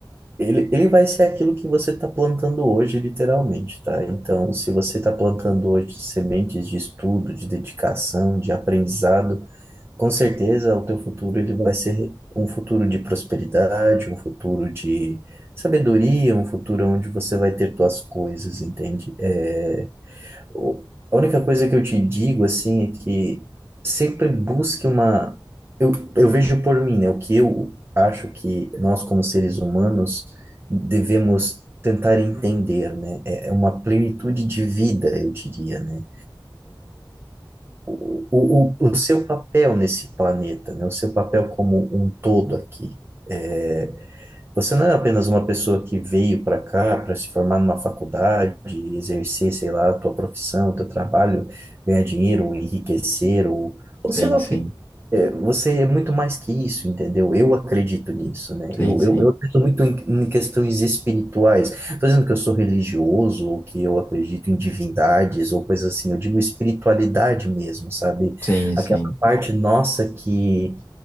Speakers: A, on the right; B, on the left.
A: ele, ele vai ser aquilo que você está plantando hoje, literalmente, tá? Então, se você está plantando hoje sementes de estudo, de dedicação, de aprendizado, com certeza o teu futuro ele vai ser um futuro de prosperidade, um futuro de sabedoria, um futuro onde você vai ter tuas coisas, entende? É, o- A única coisa que eu te digo, assim, é que sempre busque uma. Eu, eu vejo por mim, né? O que eu acho que nós, como seres humanos, devemos tentar entender, né? É é uma plenitude de vida, eu diria, né? O, o, o o seu papel nesse planeta, né? O seu papel como um todo aqui. é, você não é apenas uma pessoa que veio para cá para se formar numa faculdade, e exercer, sei lá, a tua profissão, o teu trabalho, ganhar dinheiro, ou enriquecer, ou, ou sei
B: Sim,
A: lá
B: sim,
A: o que. É, você é muito mais que isso, entendeu? Eu acredito nisso, né?
B: sim,
A: Eu,
B: sim,
A: eu, eu acredito muito em, em questões espirituais. Estou dizendo que eu sou religioso, ou que eu acredito em divindades, ou coisas assim. Eu digo espiritualidade mesmo, sabe?
B: sim,
A: Aquela
B: sim.
A: parte nossa que